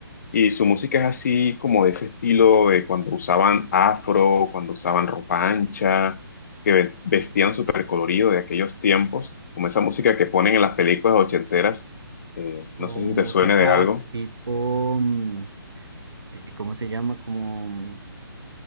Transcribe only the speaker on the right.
O
música
tipo, mm, eh, ¿cómo se llama? Como mm,